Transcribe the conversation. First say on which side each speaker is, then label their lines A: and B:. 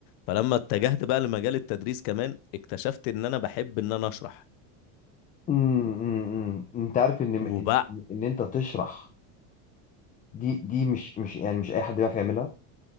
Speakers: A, on the left; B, on the left.
A: فلما اتجهت بقى لمجال التدريس كمان اكتشفت ان انا بحب ان انا اشرح
B: امم امم أمم. انت عارف ان ان
A: وبقى
B: ان انت تشرح دي دي مش مش يعني مش اي حد بيعرف يعملها